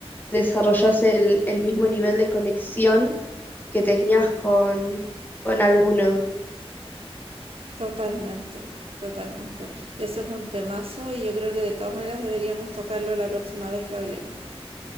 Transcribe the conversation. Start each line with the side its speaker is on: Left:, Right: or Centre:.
Left: desarrollas el, el mismo nivel de conexión que tenías con, con alguno.
Right: Totalmente, totalmente. Eso es un temazo y yo creo que de todas maneras deberíamos tocarlo la próxima vez que hablemos.